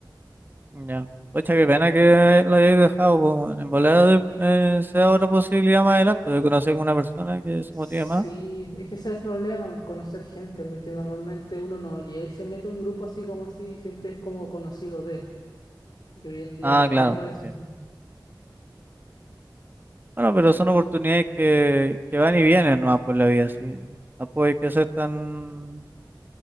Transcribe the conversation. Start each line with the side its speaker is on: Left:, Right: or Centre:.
Right: Ya. Pucha, qué pena que lo hayáis dejado, po, weón. En volada de- eh, sea otra posibilidad más adelante de conocer con una persona que se
Left: Sí,
Right: motive más.
Left: es que ese es el problema, conocer gente, porque normalmente uno no llega y se mete a un grupo así como así, siempre es como conocido de. Y hoy en día
Right: Ah,
Left: ya no
Right: claro.
Left: tengo eso.
Right: sí. Bueno, pero son oportunidades que, que van y vienen nomás por la vida, sí. Tampoco hay que ser tan,